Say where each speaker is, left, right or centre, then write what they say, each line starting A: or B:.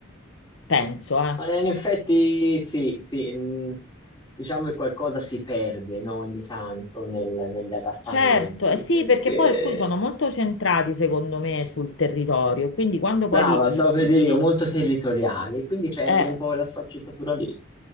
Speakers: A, on the left; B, on the left.
A: penso, eh.
B: Eh, In effetti sì, sì, mh, diciamo che qualcosa si perde, no, Ogni tanto nel- negli adattamenti,
A: Certo, eh sì,
B: perché
A: perché poi alcuni sono molto centrati, secondo me, sul territorio, quindi quando poi
B: brava,
A: li li-
B: stavo per dire
A: li-
B: io, molto territoriali, quindi perdi
A: eh,
B: un po'
A: s-
B: quella sfaccettatura lì.